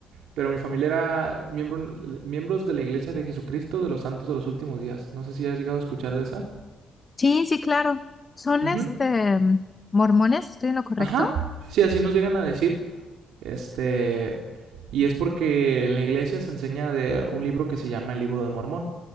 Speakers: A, on the right; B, on the left.
A: Pero mi familia era miembro, miembros de la iglesia de Jesucristo de los Santos de los Últimos Días. No sé si has llegado a escuchar de esa.
B: Sí, sí, claro. Son
A: Ujú.
B: este mormones, ¿estoy en lo correcto?
A: Ajá. Sí, así nos llegan a decir. Este, y es porque en la iglesia se enseña de un libro que se llama el Libro de Mormón.